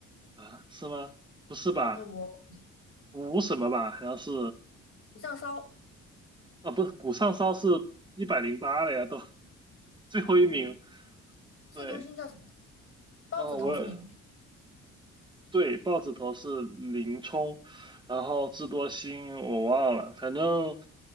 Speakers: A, on the right (about 15°); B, on the left (about 50°).
A: 啊，是吗？不是吧？
B: 哦，我
A: 五什么吧？好像是
B: 不上烧。
A: 啊，不是谷上骚是一百零八了呀，都 <laughs> 最后一名，
B: 哦，智多星叫什么？
A: 对，
B: 豹子头是零。
A: 哦，我。对，豹子头是林冲，然后智多星我忘了，反正